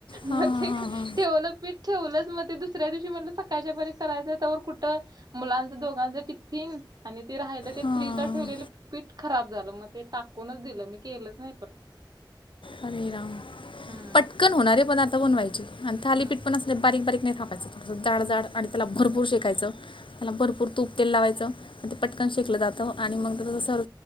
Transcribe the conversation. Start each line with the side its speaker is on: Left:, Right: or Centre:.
Left: हां
Right: मग ते.
Left: हां
Right: ठेवलं पीठ ठेवलंच मं ते दुसऱ्या दिवशी म्हटलं सकाळच्या पहरी करायचं तोवर कुठं. मुलांचे दोघांचे टिफ्फीन आणि ते राहिलं ते
Left: हां हां
Right: फ्रीजला ठेवलेले पीठ खराब झालं, मग ते टाकूनच दिलं मी केलंच नाही परत.
Left: हरे राम.
Right: हम्म
Left: पटकन होणारे पण आता बनवायचं आणि थालीपीठ
Right: हम्म
Left: पण असले बारीक बारीक नाही थापायच. जाड
Right: हम्म
Left: जाड आणि त्याला भरपूर शेकायचं. त्याला भरपूर तूप तेल लावायचं आणि ते पटकन शेकलं जातं आणि मग रोज सर